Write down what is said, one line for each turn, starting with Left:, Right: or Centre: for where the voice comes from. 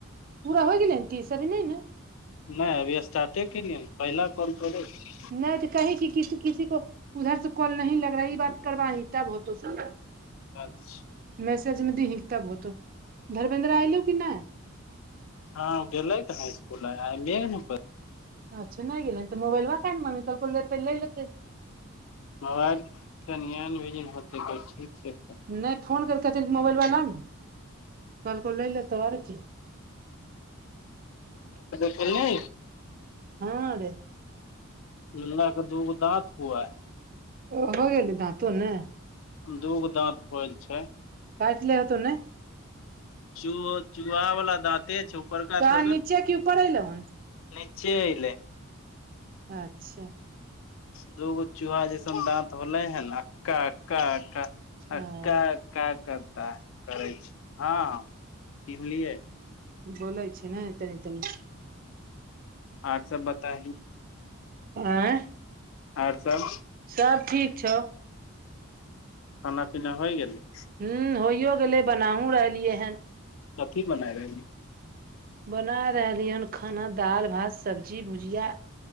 Right: पूरा होय गेलै की सदमे मैं।
Left: नइ अभी स्टार्टे केलियै पहिला कॉल कम करोड़े
Right: नय तऽ कही की किसी -किसी को उधर से कॉल नी लग रहा ई बात करबाानी तब होतो कॉल
Left: अच्छा
Right: मेसज मे दिही तब होतो धर्मेंद्रा आइलो की नय।
Left: हँ गेलेलै कहाँ इकूल आई मेघ <inaudible>
Right: अच्छा नय गेलै त मोबइलबा वकै ने म लै तै लतै
Left: मोबाइल तनियज होतै तऽ ठीक छै, त
Right: नहि फोन कर केथि मोबाइलबा लांँ आन कल को लै लेत आर की <inaudible>
Left: गेलै
Right: हँ रे
Left: ल्ला क दूगो दाँत हुआ
Right: ओ हो गेल धाँतो ने
Left: दुगौ दाँत होल छै।
Right: काईटले हतौ ने
Left: चुहो चुहा वला दाँते छो, उपड़का
Right: कहाँ
Left: थस
Right: नीचे कि ऊपर एलौ हन
Left: निचे अइलै
Right: अच्छा
Left: दूगो चूहा जैसन दाँत होले है न, कक्का - कक्का हकक्का
Right: ह
Left: का करता है, करै छी, हँ - हँ कि बुलियै
Right: बोलै छै ने, तनी - तनी
Left: आर सब बता ही
Right: आँ
Left: आर सब
Right: सब ठीक छौ।
Left: खाना पीना होइ गेलै।
Right: हू होइयो गेलै, बनाहुँ रहलियै हन
Left: कथी बनायई रहलि।
Right: बना रहलियै हन खाना दाईल भात सब्जी भुजिया